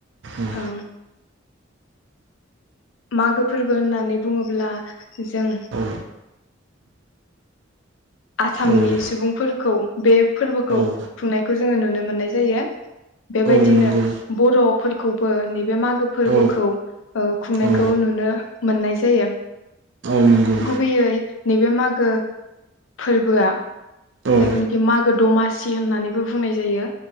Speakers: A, on the right; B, on the left.
A: ओम।
B: ओं मागो फोरबो होननानै बुङोब्ला जों
A: औ
B: आसामनि
A: औ
B: सुबुंफोर खौ बे फोरबोखौ
A: औ
B: खुंनायखौ जोङो नुनो मोननाय जायो। बेबायदिनो
A: औ नंगौ
B: बर'फोरखौबो नैबे मागो फोरबोखौ
A: औ
B: ओ खुंनायखौ
A: औ
B: नुनो मोननाय जायो।
A: औ नंगौ
B: गुबैयै नैबे मागो फोरबोआ
A: औ
B: जायखौनिखि मागो दमासि होननानैबो बुंनाय जायो।